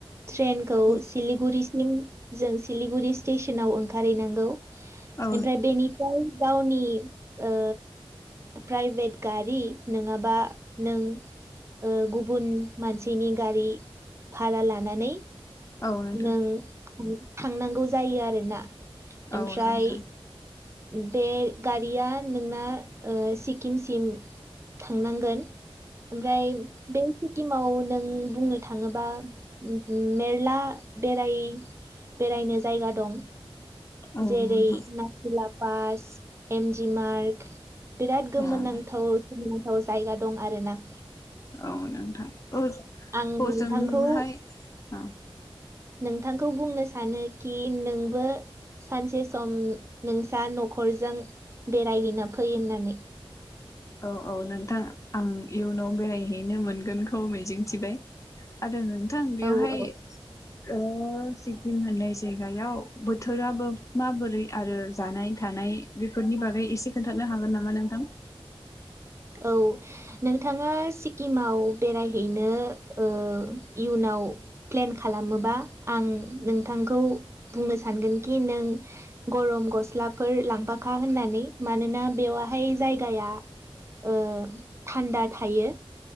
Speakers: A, on the right; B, on the left.
A: ट्रेनखौ
B: नोंथां
A: सिलिगुरि सिम जों सिलिगुरि स्टेसनाव ओंखारहैनांगौ। ओमफ्राय
B: औ
A: बेनिफ्राय गावनि ओ प्राइभेट गारि नङाबा नों ओ गुबुन मानसिनि गारि भारा लानानै
B: औ नोंथां।
A: नों थांनांगौ जायो आरोना ओमफ्राय
B: औ नोंथां।
A: बे गारिया नोंना ओ सिक्किमसिम थांनांगोन? ओमफ्राय बे सिक्किमाव नों बुंनो थाङोबा उम उम मेरला बेराय बेरायनो जायगा दं।
B: औ
A: जेरै
B: नोंथां
A: नाथुलाब पास, एमजि मार्ग, बिराद गोमोन
B: उम
A: नांथाव गोमोथाव जायगा दं आरो ना।
B: औ नोंथां औ
A: आं
B: औजोंहाय
A: नोंथांखौ
B: ओं।
A: नोंथांखौ बुंनो सानोखि नोंबो सानसे सम नोंसा न'खरजों बेरायहैना फै होननानै।
B: औ औ नोंथां आं इयुनाव बेरायहैनो मोनगोनखौ मिजिंथिबाय आरो नों थां बेवहाय
A: औ औ
B: ओ सिक्किम होननायस जायगायाव बोथोराबो माबोरै आरो जानाय थानाय बेफोरनि बागै एसे खोन्थानो हागोन नामा नोंथां?
A: औ नोंथाङा सिक्किमाव बेरायहैनो ओ इयुनाव प्लेन खालामोबा आं नोंथांखौ बुंनो सानगोनखि नों गरम गस्लाफोर लांफाखा होननानै मानोना बेवहाय जायगाया ओ थान्दा थायो